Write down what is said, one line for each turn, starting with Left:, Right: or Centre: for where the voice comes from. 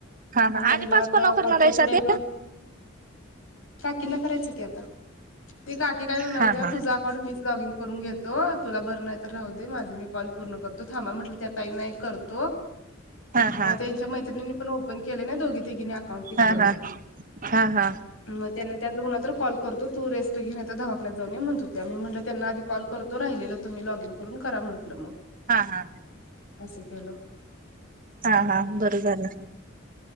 Right: हा
Left: म
Right: हा
Left: म्हटलं
Right: आणि पाच
Left: आता
Right: पन्नाव करणार
Left: पाचच्या
Right: आहेसा
Left: पुढे
Right: ते
Left: एकदा. किना करायचं की आता ते काकी काय म्हणालत्या,
Right: हा हा
Left: ते तुझं अकाउंट मीच लॉग इन करून घेतो. तुला बर नाही तर राहू दे. माझं मी कॉल पूर्ण करतो थांबा म्हटलं. त्या तई नाही करतो
Right: हा हा
Left: मग त्यांच्या मैत्रिनी पण प केले ना दोघी तघी अकाउंट तिकड
Right: हा हा हा हा
Left: मग त्यां त्यांना क कोणाला तर कॉल करतो तू रेस्ट घेन यता धाकण्यात जाऊनी म्हणत त्या मी म्हटलं त्यांना आधी कॉल करतो तो राहिलेला तुम्ही लॉग इन करून करा म्हंटलं मग
Right: हा हा
Left: असं केलं
Right: हा हा बरं झालं